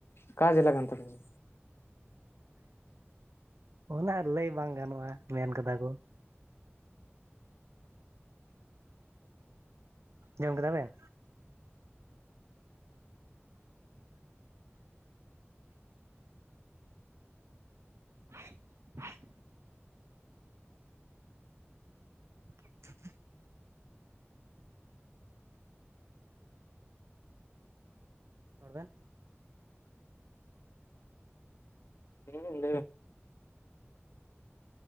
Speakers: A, on the left; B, on the right.
A: ᱚᱠᱟ ᱡᱮᱞᱟ ᱠᱟᱱ ᱛᱟᱯᱮᱭᱟ?
B: ᱚᱱᱟ ᱞᱟᱹᱭ ᱵᱟᱝ ᱜᱟᱱᱚᱜᱼᱟ ᱢᱮᱱ ᱠᱟᱫᱟ ᱠᱚ ᱡᱚᱢ ᱠᱮᱫᱟ ᱵᱮᱱ <unintelligible> <unintelligible> <inaudible> ᱨᱚᱲ ᱵᱮᱱ
A: ᱦᱮᱸ